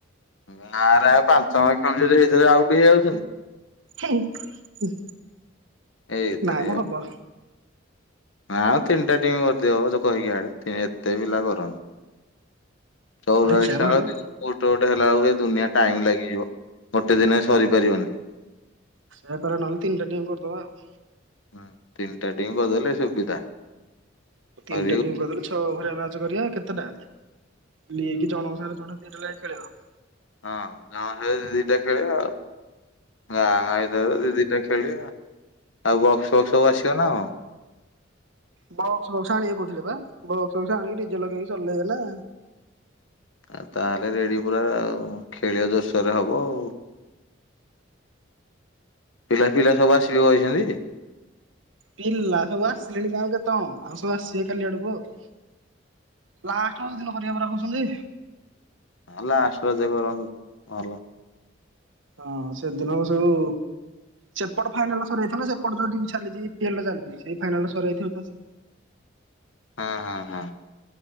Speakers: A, on the left; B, on the right.
A: ନାଁରେ ଆଉ ପାଞ୍ଚ ମି ଖଣ୍ଡେ ଯଦି ହେଇଥିଲେ ଆଉଟ୍ ହେଇଯାଉଚନ୍ତି।
B: ଥ୍ୟାଙ୍କ୍,
A: ଏଇଥିରେ
B: ନାଇଁ ମ ହବ।
A: ଆଉ ତିନିଟା ଟିମ୍ କରିଦିଅ ତୁ କହିକି <unintelligible> ଏତେ ପିଲା କରନି। ଚଉରାଳିଶି
B: ଦେଖିବା
A: ଟା
B: ନହେଲେ
A: ଆଉ ଟି ଗୋଟେ ଗୋଟେ ହେଲା ବେଳକୁ ଦୁନିଆ ଟାଇମ ଲାଗିଯିବ ଗୋଟେ ଦିନରେ ସରିପାରିବନି।
B: ସେୟା କର ନହେଲେ ତିନିଟା ଟିମ୍ କରିଦବା ଆଉ।
A: ହଁ, ତିନିଟା ଟିମ୍ କରିଦେଲେ ସୁବିଧା।
B: ତିନିଟା
A: ଆଉ
B: ଟିମ୍ କରିଦେଲେ ଛଅ ଓଭରିୟା ମ୍ୟାଚ କରିବା କେତେଟା? ଲିଗ ଜଣଙ୍କ ସାଙ୍ଗରେ ଜଣେ ପେଟ ଲାଇଟି ଖେଳିବ।
A: ହଁ ଜଣକେ ଦିଇ ଦିଇଟା ଖେଳିବା ଆଉ <unintelligible> ଦେ ଖେଳିବା ଆଉ ବକ୍ସ ଫକ୍ସ ସବୁ ଆସିବ ନା କଣ?
B: ବକ୍ସ ଫକ୍ସ ଆଣିବେ କହୁଥିଲେ ବା ବକ୍ସ ଫକ୍ସ ଆଣିକି ଡିଜେ ଲଗେଇକି ଚଲେଇଲେ ହେଲା।
A: ଆ ତାହେଲେ ରେଡି ପୁରା ଆଉ ଖେଳିବା ଜୋର ସୋରରେ ହବ ଆଉ। ପିଲା ଫିଲା ସବୁ ଆସିବେ କହିଚନ୍ତି?
B: ପିଲା ସବୁ ଆସିଲେଣି ଗାଁ କୁ କେତେଜଣ ଆଉ ସବୁ ଆସିବେ କାଲି ଆଡକୁ ଆଉ। ଲାଷ୍ଟ <unintelligible> ଦିନ କରିବା ପରା କହୁଚନ୍ତି।
A: ହଁ ଲାଷ୍ଟେରେ ସେ କରନ୍ତୁ କଣ ହେଲା।
B: ହଁ ସେ ଦିନକୁ ସବୁ ସେପଟ ଫାଇନାଲ ସରିଯାଇଥାନ୍ତା ସେପଟ ଯୋଉଠି ଚାଲିଚି ଇପିଏଲ ଚାଲିଚି ସେ ଫାଇନାଲରେ ସରିଯାଇଥିବ ବାସ
A: ହୁଁ ହୁଁ ହୁଁ।